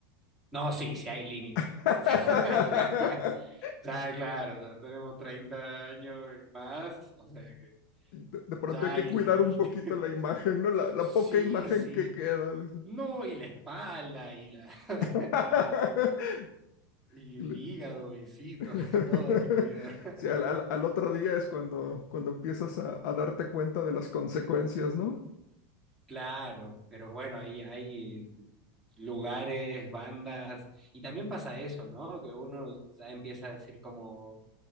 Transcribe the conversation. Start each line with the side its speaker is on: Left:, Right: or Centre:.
Centre: No, sí, sí hay límites.
Left: <laughs>
Centre: <laughs> Ya, claro, ya tenemos 30 años y más, o sea que
Left: De, de pronto
Centre: ya
Left: hay que
Centre: hay
Left: cuidar
Centre: límites.
Left: un poquito la imagen, ¿no? La, la
Centre: Sí,
Left: poca imagen
Centre: sí.
Left: que queda. dice.
Centre: No, y la espalda y la <laughs>
Left: <laughs>
Centre: y, el- y
Left: Le-
Centre: el hígado y sí,
Left: <laughs>
Centre: todo, <laughs> todo hay que cuidar.
Left: Sí, al, al- al otro día es cuando, cuando empiezas a, a darte cuenta de las consecuencias, ¿no?
Centre: Claro, pero bueno, hay, hay lugares, bandas, y también pasa eso, ¿no? Que uno ya empieza a decir como,